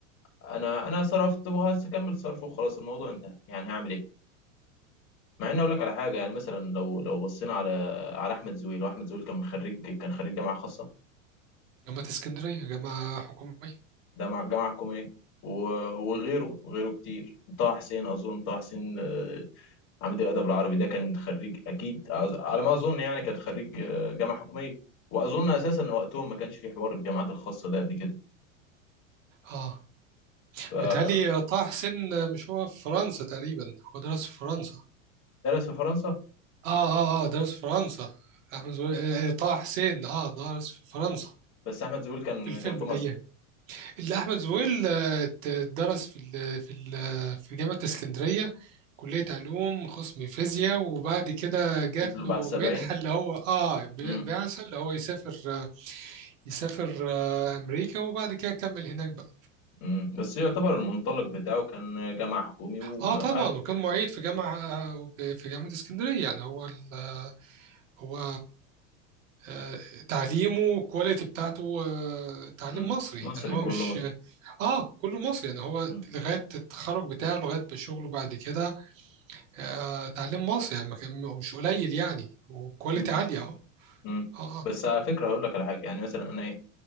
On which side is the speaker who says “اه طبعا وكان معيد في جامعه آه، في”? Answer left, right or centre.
Right